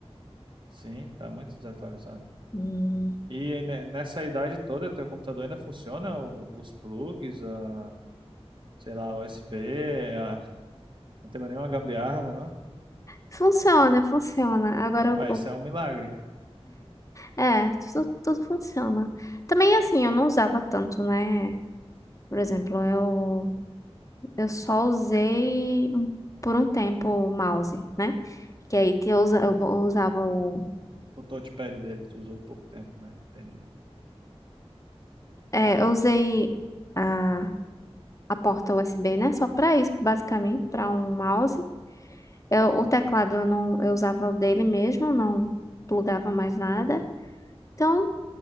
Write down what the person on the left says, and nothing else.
Hum,
Funciona, funciona. Agora, o,
o-
é, tudo, tudo funciona. Também, assim, eu não usava tanto, né? Por exemplo, eu, eu só usei um- por um tempo o mouse, né? Que aí que eu, usa- eu usava o...
É, eu usei a, a porta USB, né? Só pra isso, basicamente, pra um mouse. Eu, o teclado eu não, eu usava o dele mesmo, não plugava mais nada. Então